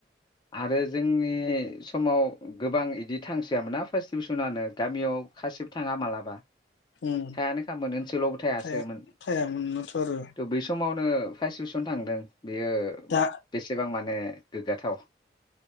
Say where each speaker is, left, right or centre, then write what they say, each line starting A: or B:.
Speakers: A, on the left; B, on the left.
A: आरो जोंनि समाव गोबां इदिट थांसैयामोना फार्स्ट डिभिसनानो गामियाव खासेबो थाङा मालाबा।
B: उम।
A: थायानो खामोन ओनसोलावबो थायासोमोन।
B: थाया थायामोननोथ' आरो
A: थ' बै समाव नो फार्स डिभिसन थांदों। बेयो
B: दा
A: बेसेबां मा ने गोग्गाथाव।